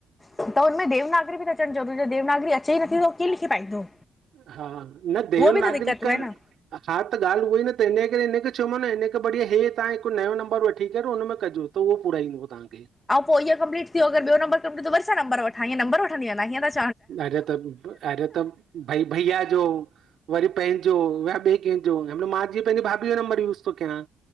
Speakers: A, on the left; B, on the right.
A: त हुन में देवनागरी बि त अचणु ज़रूरी आहे देवनागरी अचे ई नथी त हू कीअं लिखी पाईंदो
B: हा, न देवनागरी
A: उहो बि त दिक़त हुअ
B: का
A: न।
B: हा त ॻाल उअ ई न त हिन करे हिनखे चयो मा न हिनखे बढ़िया हे तहां हिकु नयो नंबर वठी करे हुन में कजो। त उओ पूरा ईंदव तहांखे।
A: अंऊं पो इअ कंपलीट थियो अगर ॿियो नंबर कम्प्लीट थिये त वरी ॿियो नंबर वठां, हिएं छा नंबर वठंदी हलां!
B: अरे त अरे त भइया जो वरी पंहिंजो या ॿिए कंहिंजो मां जीअं पंहिंजी भाभी जो नंबर यूस थो कयां।